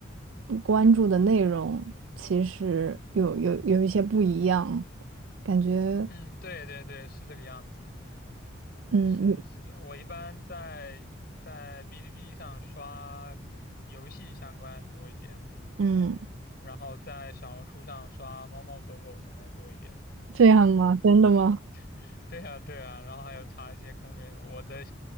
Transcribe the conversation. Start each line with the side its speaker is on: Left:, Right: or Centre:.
Right: 嗯关注的内容其实有有有一些不一样，感觉
Left: 嗯，对对对，是这个样子。
Right: 嗯你
Left: 是的，是的，我一般在在哔哩哔哩上刷游戏相关的多一点。
Right: 嗯
Left: 然后在小红书上刷猫猫狗狗什么的多一点。
Right: 这样吗？真的吗？
Left: <laughs> 对啊，对啊，然后还有查一些攻略。我的